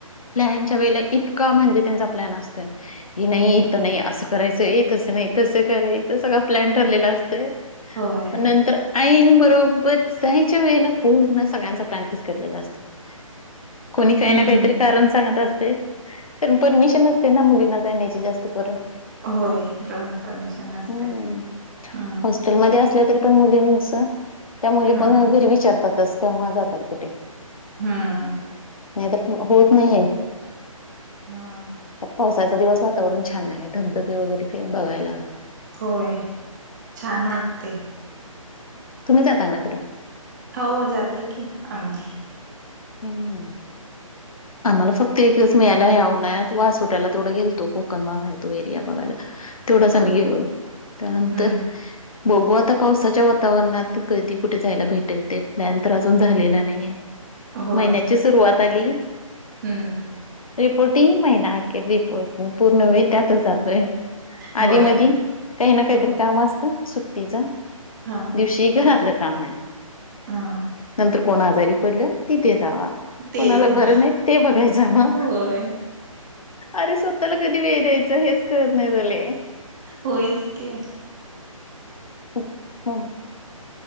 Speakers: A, on the left (about 75°); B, on the right (about 35°).
A: प्लॅनच्या वेळेला इतका म्हणजे त्यांचा प्लॅन असतोय, की नाही
B: हा
A: इथं नाही असं करायचं ए तसं नाही, तसं करायच. सगळा प्लॅन ठरलेला असतोय.
B: होय.
A: पण नंतर ऐन बरोबर जायच्या वेळेला पूर्ण सगळ्यांचा प्लॅन फिक्सकटलेला केलेला असतोय. कुणी काय
B: हम्म
A: ना कायतरी म्हणत असतयं. पण परमिशन नसते ना मुलींना जाण्याची जास्त करून.
B: होय. <unintelligible> परमिशन नसते.
A: हम्म.
B: हम्म
A: हॉस्टेलमध्ये असलं तरी पण मुलींच त्या मुली
B: हम्म.
A: पण घरी विचारतातच. तेव्हा जातात कुठे.
B: हम्म.
A: नाही तर होत नाहीे.
B: हा
A: पा सायचा दिवस वातावरण छान आहे. धबधबे वगैरेे बघायला.
B: होय, छान वाटतंय.
A: तुम्ही जाता का नाय कुठ?
B: हो जाते की आम्ही.
A: हम्म- हम्म.
B: <inaudible>
A: आम्हाला फक्त एक दिवस मिळायला हया उन्हाळ्यात. वासोटायला तेवढं गेलतो. कोकण बघाय तो एरिया बघायला. तेवढंच
B: हा
A: आम्ही
B: हा
A: गेलो. त्यानंतर
B: हम्म
A: बघू आता पावसाच्या वातावरणात, कधी कुठे जायला भेटेल ते. प्लॅन तर अजून झालेला नाहीये.
B: होय
A: महिन्याची सुरुवात आली.
B: हम्म.
A: रिपोर्ट येइन महिना अखेर रिपोर्ट. पूर्ण वेळ त्यातच जातोय.
B: होय
A: आधी मधी काही ना
B: हम्म
A: काहीतरी काम असतंय सुट्टीच.
B: हा.
A: दिवशी घरातलं काम आहे.
B: हा.
A: नंतर कोण आजारी पडलं. तिथे जावा.
B: ते
A: कोणाला
B: जा
A: बरं नाही ते बघायचं मग.
B: होय
A: अरे स्वतःला कधी वेळ द्यायचं हेच कळत नाही झाले.
B: होय की.
A: हम्म- हम्म.